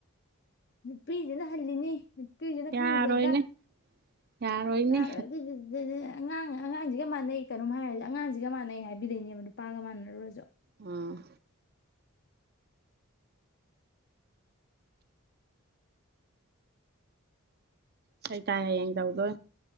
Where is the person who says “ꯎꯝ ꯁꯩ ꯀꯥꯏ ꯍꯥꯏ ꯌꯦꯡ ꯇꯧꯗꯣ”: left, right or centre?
Right